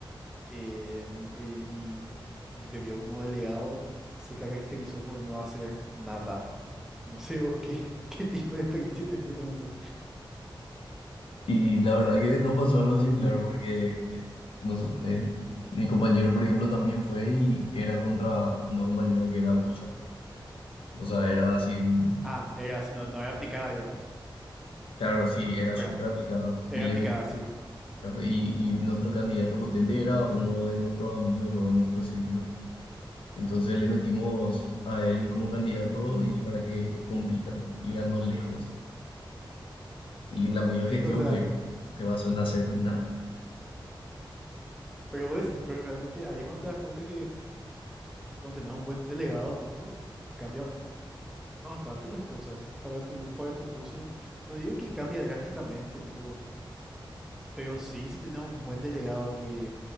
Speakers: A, in the centre; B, on the left (about 80°).
A: eh, mi, pri- mi, mi periodo como delegado se caracterizó por no hacer nada. No sé vos qué, <laughs> qué tipo de experiencia tenés con eso.
B: Y la verdad que nos pasó algo similar porque eh, nos- eh, mi compañero, por ejemplo, también fue y era contra una compañera que era bocha. O sea, era así, un-
A: Ah, eras, no, no era aplicada, digamos.
B: claro, sí, era
A: Espera,
B: súper aplicada
A: era
B: y le
A: aplicada,
B: met-
A: sí.
B: claro, y, y nuestro candidato potente era uno de nuestros amigos, luego de nuestro círculo. Entonces le metimos a él como candidato y para que compita y ganó lejos. Y la misma gestión
A: <laughs> O sea,
B: fue, se basó en hacer nada,
A: pero, vos decí- pero realmente ahí es cuando te das cuenta que cuando tenés un buen delegado, cambia bastante las cosas para tu, para tu curso. N- No digo que cambie drásticamente, tipo, Pero sí, si tenés un buen delegado que,